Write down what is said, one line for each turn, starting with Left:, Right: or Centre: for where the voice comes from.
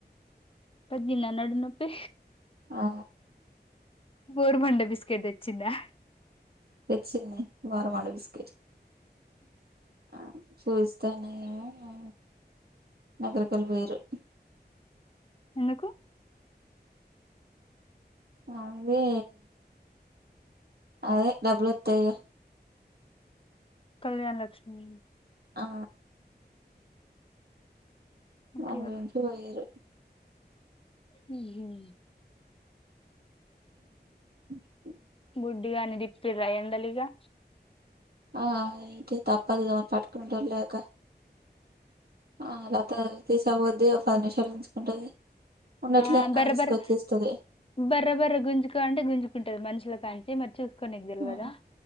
Left: తగ్గిందా నడుంనొప్పి
Right: ఆ
Left: బ బండ బిస్కెట్ తెచ్చిందా
Right: తెచ్చింది వార వాండ బిస్కెట్ ఆ చూస్తానేమో నగర కలి పొయిర్రు
Left: ఎందుకు
Right: అదే అదే డబ్బులు వస్తాయిగా
Left: కళ్యాణ లక్ష్మి
Right: ఆ
Left: ఓకే
Right: నన ఉం చూ వేయరు
Left: మ్మ్ హ్మ్
Right: ఉ
Left: బుడ్డిగా అని దిప్పిరా ఎ లిగా
Right: ఆ అయితే తప్పదు కామని పట్టుకుంట లేక అ అలాత తీస అవద్ది ఒక పది నిమిషాలు ఉంచుకుంటది ఉండట్లే
Left: ఆ బరోబరు
Right: అని తీసుకొచ్చేస్తది
Left: బరోబరు గుంజుక అంటే గుంజుకుంటది మనుషుల కాంట చూస్తే నిక్ తెలవదా
Right: ఆ